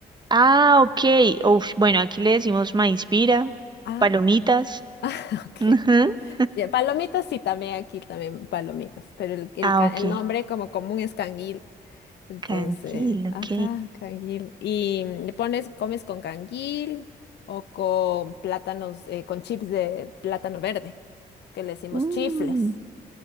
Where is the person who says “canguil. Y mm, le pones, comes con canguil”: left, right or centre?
Left